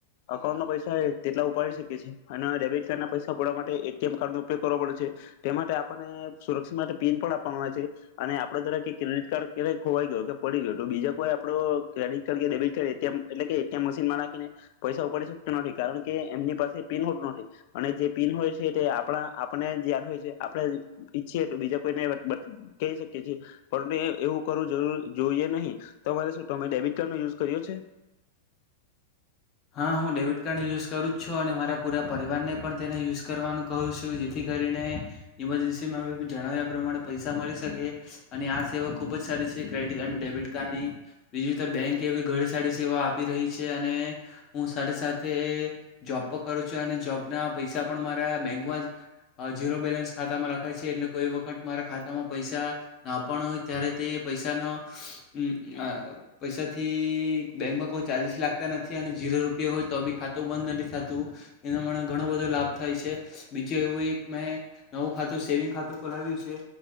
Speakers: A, on the left (about 50°); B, on the left (about 35°).
A: અકાઉન્ટ ના પૈસા હોય તેટલા ઉપાડી શકીએ છીએ અને ડેબિટ કાર્ડના પૈસા પડવા માટે એટીએમ કાર્ડનો ઉપયોગ કરવો પડે છે. તે માટે આપને સુરક્ષિત માટે પિન પણ આપવામાં આવે છે અને આપડે દરેકે ક્રેડિટ કાર્ડ ક્યારે ખોવાઈ ગયો કે પડી ગયો બીજા કોઈ આપડો કડિટ કાર્ડ કે ડેબિટ કાર્ડ એટલે કે એટીએમ મશીન માં નાખીને પૈસા ઉપાડી શકતો નથી કારણ કે એમની પાસે પિન હોતું નથી અને જે પિન હોય છે તે આપણા આપને જે <inaudible> આપડે ઈછીએ બીજા કોઈને બ કહી શકીએ છીએ પણ એવું કર કરવું જોઈએ નહી તમારે શું ટમે ડબિટ કાર્ડ નો યુઝ કર્યો છે?
B: હા હું ડેબિટ કાર્ડ યુઝ કરું છું અને મારા પુરા પરિવાર ને પણ તેને યુઝ કરવાનું કહું છું જેથી કરીને ઈમરજન્સીમાં જણાવ્યા પ્રમાણે પૈસા મળી શકે. અને આ સેવા ખુબ જ સારી છે ક્રેડિટ કાર્ડ, ડેબિટ કાર્ડની બીજી રીતે બેંક એવી ઘણી સારી સેવા આપી રહી અને હું સાથે સાથે જોબ પર કરું છું અને જોબ ના પૈસા પણ મારા બેંકમાં જ અ ઝીરો બેલેન્સ ખાતામાં રખાય છે એટલે કોઈ વખત મારા ખાતામાં પૈસા ના પણ હોય ત્યારે તે પૈસા ન અમ અ પૈસાથી બેંકમાં કો ચાર્જિસ લાગતા નથી અને ઝીરો રૂપિયા હોય તો બી ખાતું બંધ નથી થતું એનો મને ઘણો બધો લાભ થાય છે બીજું એવું એક મેં નવું ખાતું સેવિંગ ખાતું ખોલાવ્યું છે.